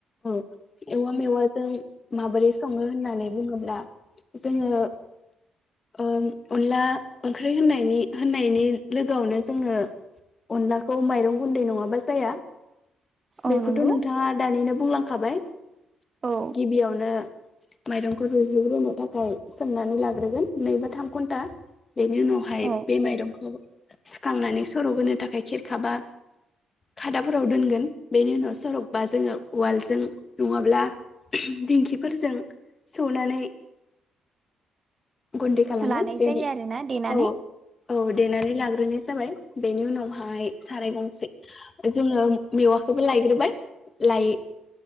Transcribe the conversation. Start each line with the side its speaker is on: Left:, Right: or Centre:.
Left: औ एवा मेवाजों माबोरै सङो होननानै बुङोब्ला जोङो ओ अनला ओंख्रै होननायनि होननायनि लोगोआवनो जोङो अनलाखौ माइरं गुन्दै नङाबा जाया । बेखौथ'
Right: औ नंगौ
Left: नोंथाङा दानिनो बुंलांखाबाय ।
Right: औ
Left: गिबियावनो माइरंखौ रुइहोग्रोनो थाखाय सोमनानै लाग्रोगोन नै बा थाम घन्टा बेनि उनावहाय
Right: औ
Left: बे माइरंखौ सुखांनानै सर'होनो थाखाय खिरखाबा खादाफोराव दोनगोन । बेनि उनाव सरकबा जोङो उवालजों नङाब्ला दिंखिफोरजों सौनानै गुन्दै खालामगोन
Right: लानाय
Left: बेनि
Right: जायो आरोना देनानै
Left: औ औ देनानै लाग्रोनो जाबाय बेनि उनावहाय साराय गंसे जोङो मेवाखौबो लायग्रोबाय, लाय